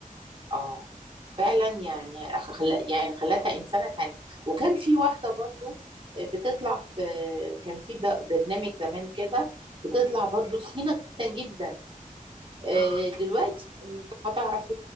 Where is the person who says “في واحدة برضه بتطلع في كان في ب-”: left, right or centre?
Right